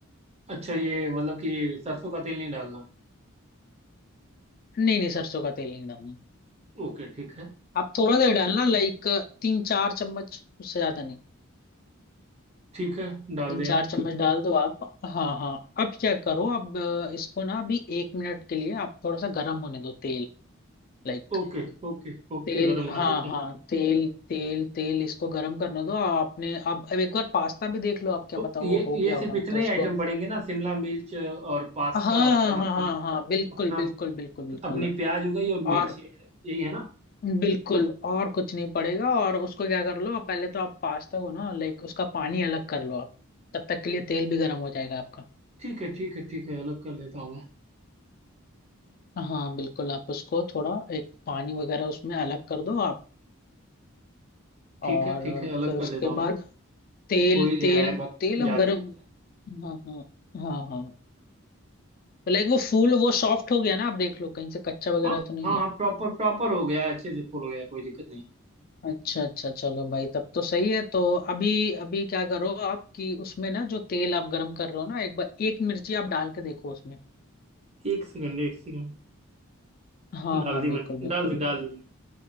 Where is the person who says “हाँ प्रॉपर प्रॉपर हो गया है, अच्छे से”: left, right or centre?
Right